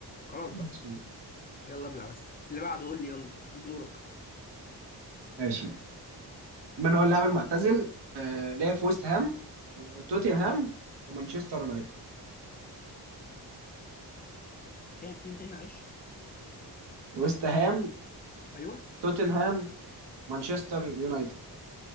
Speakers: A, on the left (about 25°); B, on the right (about 85°).
A: خلاص
B: ماشي
A: بقى يلا ابلع بس اللي بعده قول لي يلا انت دورك
B: ماشي من هو اللاعب المعتزل آه لعب في ويست هام وتوتنهام ومانشستر يونايتد
A: لعب فين تاني معلش
B: ويست هام
A: ايوه
B: توتنهام مانشستر يونايتد